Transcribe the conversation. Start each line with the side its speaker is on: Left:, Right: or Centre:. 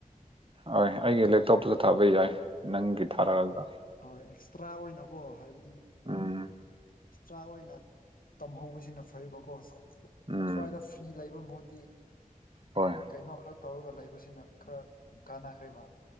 Right: ꯍꯣꯏ ꯑꯩꯒꯤ ꯂꯦꯞꯇꯣꯞꯇꯨꯗ ꯊꯥꯕ ꯌꯥꯏ ꯅꯪꯒꯤ ꯊꯥꯔꯛꯑꯒ
Left: ꯑ ꯑꯦꯛꯁꯇ꯭ꯔꯥ ꯑꯣꯏꯅꯀꯣ ꯍꯥꯏꯕꯗꯤ
Right: ꯎꯝ
Left: ꯑꯦꯛꯁꯇ꯭ꯔꯥ ꯑꯣꯏꯅ ꯇꯝꯍꯧꯕꯁꯤꯅ ꯐꯩꯕꯀꯣ
Right: ꯎꯝ
Left: ꯁ꯭ꯋꯥꯏꯗ ꯐ꯭ꯔꯤ ꯂꯩꯕ ꯃꯍꯨꯠꯗꯤ
Right: ꯍꯣꯏ
Left: ꯀꯩ ꯀꯩꯅꯣ ꯈꯔ ꯇꯧꯔꯒ ꯂꯩꯕꯁꯤꯅ ꯈꯔ ꯀꯥꯟꯅꯈ꯭ꯔꯦꯕ